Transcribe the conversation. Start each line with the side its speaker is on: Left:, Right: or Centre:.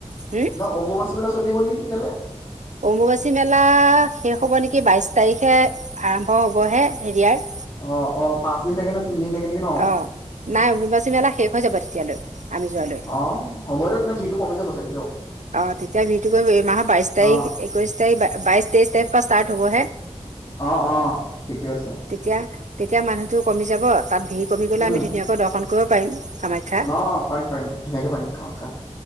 Right: হম
Left: ন অম্বুবাচী মেলা চল থাকিব নেকি? কেলে?
Right: অম্বুবাচী মেলা শেষ হ'ব নেকি বাইশ তাৰিখ আৰম্ভ হবহে হেৰিয়াৰ
Left: অ অ পাঁচদিন থাকে নে তিনদিন থাকে নেকি ন?
Right: অ নাই অম্বুবাচী মেলা শেষ হৈ যাব তেতিয়ালৈ। আমি যোৱালৈ
Left: অ হ'ব দিয়ক তেন্তে ভিটো কমি যাব চাগে। <unintelligible> দিয়ক।
Right: অ তেতিয়া বিহটো কৰিব এই মাহৰ বাইশ তাৰিখ
Left: অ',
Right: একৈশ তাৰিখ বাইশ তেইশ তাৰিখ পৰা ষ্টাৰ্ট থ'বহে।
Left: অ অ ঠিকে আছে।
Right: তেতিয়া তেতিয়া মানুহটো কমি যাব, তাত ভিৰ কমি গ'লে
Left: উম।
Right: আমি ধুনীয়াকৈ দৰ্শন কৰিব পাৰিম। কামাখ্যা
Left: অ পাৰিম পাৰিম ধুনীয়াকে পাৰিম কামখ্যা,